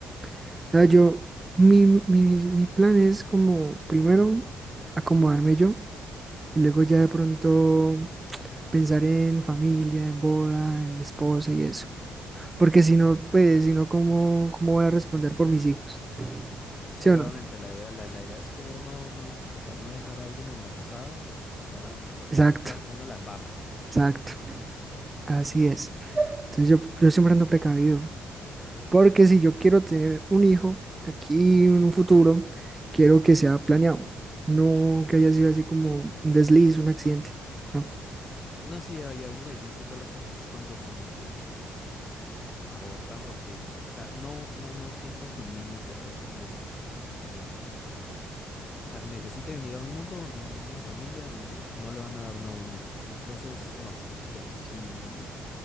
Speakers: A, on the right; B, on the left.
A: O sea, yo, mi, mi, mi plan es como primero acomodarme yo Y luego ya de pronto pensar en familia, en boda, en esposa y eso. Porque si no, pues, si no, ¿cómo, cómo voy a responder por mis hijos? ¿Sí
B: Sí,
A: o
B: obviamente
A: no?
B: la idea, la, la idea es primero no, no, tratar no dejar a alguien embarazada para, porque
A: Exacto,
B: ahí sí ya uno la embarra.
A: exacto. Así es. Entonces yo, yo siempre ando precavido. Porque si yo quiero tener un hijo aquí en un futuro, quiero que sea planeado. No que haya sido así como un desliz, un accidente. No.
B: No, sí, ahí a veces ahí yo entiendo a las personas cuando como que abortan porque, o sea, no, no, no siento que un niño tenga como el, o sea, necesite venir a un mundo donde un- una familia donde no le van a dar una buena vida. Entonces, no, pero ya si